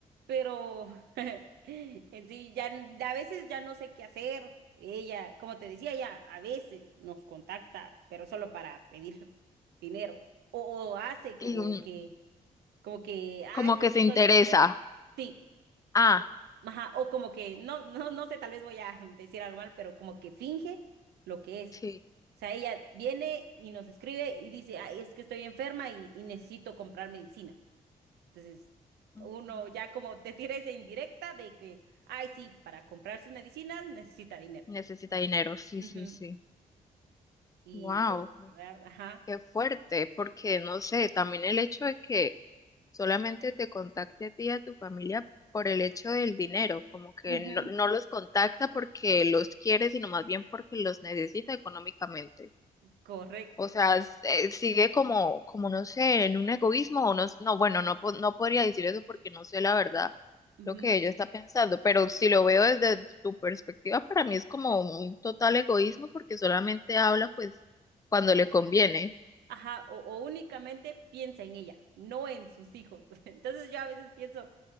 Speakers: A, on the right; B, on the left.
A: pero <laughs> en sí, ya, n- a veces ya no sé qué hacer. Ella, como te decía, ella a veces nos contacta, pero solo para pedir dinero. O, o hace
B: Y
A: como
B: mm,
A: que, como que, ay,
B: como que
A: estoy
B: se interesa.
A: enferma. Sí.
B: Ah,
A: O, ajá, o como que, no, no, no sé, tal vez voy a <laughs> decir algo mal, pero como que finge lo que es.
B: sí.
A: O sea, ella viene y nos escribe y dice, ay, es que estoy enferma y, y necesito comprar medicina. Entonces,
B: Ujú.
A: uno ya como te tira esa indirecta de que, ay, sí, para comprar sus medicinas necesita dinero.
B: Necesita dinero, sí,
A: Ujú.
B: sí, sí.
A: Y
B: Wow,
A: pues, la verdad, ajá,
B: qué fuerte, porque no sé, también el hecho de que solamente te contacte a ti y a tu familia por el hecho del dinero, como que
A: ujú,
B: no, no los contacta porque los quiere, sino más bien porque los necesita económicamente.
A: correcto.
B: O sea, s- eh, sigue como, como no sé, en un egoísmo o no, s- no, bueno, no, po- no podría decir eso porque no sé la verdad
A: ujú,
B: lo que ella está pensando, pero si lo veo desde tu perspectiva, para mí es como un total egoísmo porque solamente habla pues cuando le conviene
A: Ajá, o, o únicamente piensa en ella, no en sus hijos. <laughs> Entonces yo a veces pienso,